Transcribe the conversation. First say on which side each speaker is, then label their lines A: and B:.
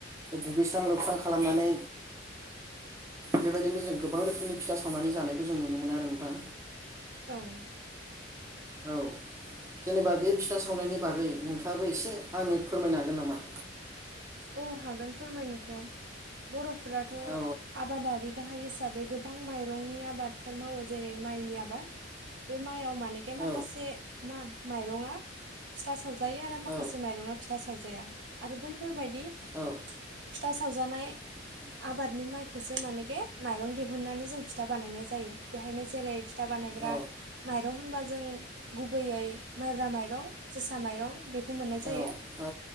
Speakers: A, on the right (about 15°); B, on the right (about 65°).
A: दुगैस्रां लोबस्रां खालामनानै बेबायदिनो जों गोबां रोखोमनि फिथा सावनानै जानायखौ जों नुनो मोनो आरो नोंथां
B: उम
A: औ जेनेबा बे फिथा सावनायनि बागै नोंथाङाबो एसे आंनो फोरमायनो हागोन नामा
B: औ हागोन फोरमायनोथ' बर'फोराथ'
A: औ
B: आबादारि गाहाय हिसाबै गो गोबां माइरंनि आबादफोर मावो जेरै माइनि आबाद बे माइयाव मानेके माखासे
A: औ
B: मा माइरङा फिथा सावजा जायो आरो
A: औ
B: माखासे माइरङा फिथा सावजाया आरो बैफोरबायायदि बिदि
A: औ
B: फिथा सावजानाय
A: <inaudible>
B: आबादनि माइखौसो मानेके माइरं दिहुननानै जों फिथा बानायनाय जायो बेहायनो जेरै फिथा बानायग्रा
A: औ
B: माइरं होनबा जों गुबैयै माइब्रा माइरं जोसा माइरं बेखौ मोननाय
A: औ
B: जायो
A: औ